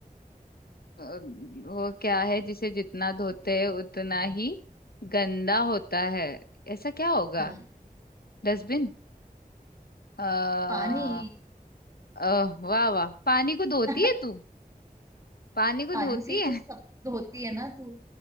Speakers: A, on the left (about 80°); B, on the right (about 20°).
A: वो क्या है जिसे जितना धोते हैं उतना ही गंदा होता है ऐसा क्या होगा
B: हम्म
A: डस्टबिन आ,
B: पानी
A: अह वाह वाह पानी को धोती
B: <laughs>
A: है तू पानी को
B: पानी
A: धोती
B: से ही
A: है
B: तो सब धोती है ना तू